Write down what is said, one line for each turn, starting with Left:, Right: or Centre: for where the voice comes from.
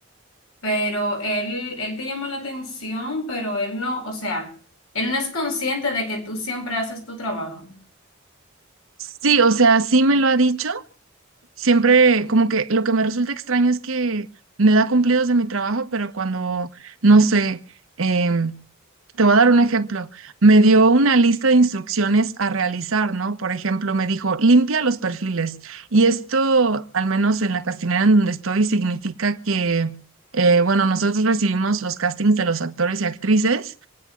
Left: pero él, él te llama la atención, pero él no, o sea, él no es consciente de que tú siempre haces tu trabajo.
Right: Sí, o sea, sí me lo ha dicho. Siempre, como que lo que me resulta extraño es que me da cumplidos de mi trabajo, pero cuando, no sé, em, Te voy a dar un ejemplo. Me dio una lista de instrucciones a realizar, ¿no? Por ejemplo, me dijo, limpia los perfiles. Y esto, al menos en la castinera en donde estoy, significa que, eh, bueno, nosotros recibimos los castings de los actores y actrices